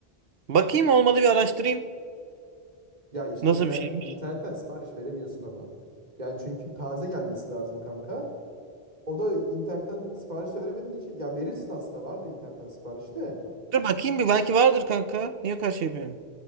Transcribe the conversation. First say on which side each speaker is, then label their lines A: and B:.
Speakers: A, on the right; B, on the right.
A: Bakayım olmadı bir araştırayım.
B: Ya işte
A: Nasıl
B: internet,
A: bir şeymiş?
B: internetten sipariş veremiyorsun ama. Yani çünkü taze gelmesi lazım kanka. O da internetten sipariş de veremediğin için ya verirsin aslında vardır internetten siparişi de
A: Dur bakayım bir belki vardır kanka. Niye karşı yapıyorsun?